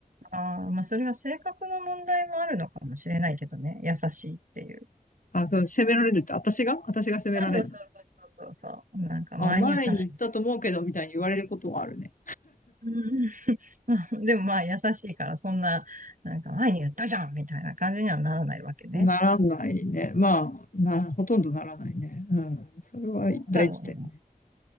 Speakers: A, on the right; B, on the left.
A: ああ、まあそれは性格の問題もあるのかもしれないけどね。優しいっていう。
B: あ、そう、責められるって、私が私が責められるの。
A: そうそうそうそうそうそう。なんか前に言ったらいい。
B: あ、前に行ったと思うけど、みたいに言われることはあるね。
A: うん <laughs> でもまあ優しいからそんな、なんか前に言ったじゃんみたいな感じにはならないわけね。
B: ならないね。まあ、な、ほとんどならないね。うん。それは大事で。
A: なんだろうな。